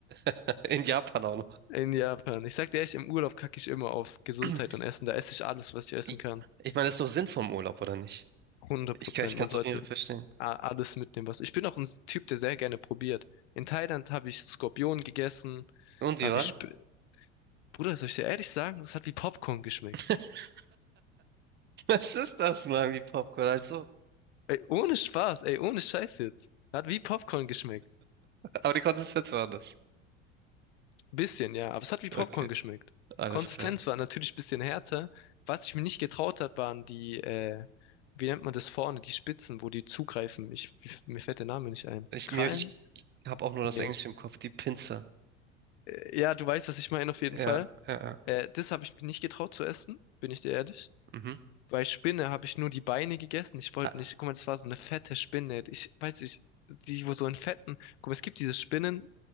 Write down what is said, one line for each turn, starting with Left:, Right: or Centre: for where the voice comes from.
Right: <laughs> In Japan auch noch.
Left: In Japan. Ich sag dir echt, im Urlaub kacke ich immer auf Gesundheit
Right: <clears throat>
Left: und Essen. Da esse ich alles, was ich essen
Right: Ich,
Left: kann.
Right: ich meine, das ist doch Sinn vom Urlaub, oder nicht?
Left: hundert
Right: Ich
Left: Prozent.
Right: kann, ich kann
Left: Man
Right: es
Left: sollte
Right: auf jeden Fall verstehen.
Left: a- alles mitnehmen, was. Ich bin auch ein Typ, der sehr gerne probiert. In Thailand habe ich Skorpion gegessen,
Right: Und wie
Left: habe
Right: war?
Left: ich. Sp Bruder, soll ich dir ehrlich sagen, das hat wie Popcorn geschmeckt.
Right: <laughs> Was ist das, Mami Popcorn? Also,
Left: Ey, ohne Spaß, ey, ohne Scheiß jetzt. Hat wie Popcorn geschmeckt.
Right: aber die Konsistenz war anders.
Left: Bisschen, ja, aber es hat wie Popcorn
Right: Okay,
Left: geschmeckt.
Right: alles
Left: Konsistenz
Right: klar.
Left: war natürlich ein bisschen härter. Was ich mir nicht getraut habe, waren die, äh, wie nennt man das vorne, die Spitzen, wo die zugreifen. Ich, mir fällt der Name nicht ein.
Right: Ich
Left: Krallen?
Right: mir, ich habe auch nur
Left: Nee.
Right: das Englische im Kopf, die Pinzer.
Left: Äh, Ja, du weißt, was ich meine auf jeden
Right: Ja,
Left: Fall.
Right: ja, ja.
Left: Äh, das habe ich mir nicht getraut zu essen, bin ich dir ehrlich.
Right: Mhm.
Left: Bei Spinne habe ich nur die Beine gegessen. Ich wollte
Right: Ah,
Left: nicht, guck mal, das war so eine fette Spinne. Ich weiß nicht, die, wo so in fetten, guck mal, es gibt diese Spinnen